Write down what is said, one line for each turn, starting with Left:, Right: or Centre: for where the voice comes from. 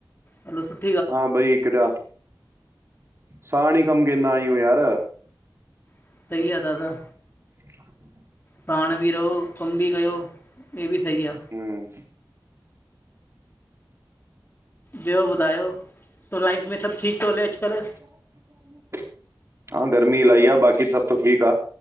Left: हलो सुठ
Right: हा, बई हिकॾा साण ई कम केंदा आहियूं यार।
Left: बि सही आ दादा।
Right: <inaudible>
Left: पाण बि रहो कम बि कयो हे बि सही आ।
Right: हम्म
Left: ॿियो ॿुधायो? तो लाइफ में सभ ठीक तो हले अॼ कल,
Right: <inaudible> हा गर्मी इलाही आ, बाक़ी सभ त ठीक आ।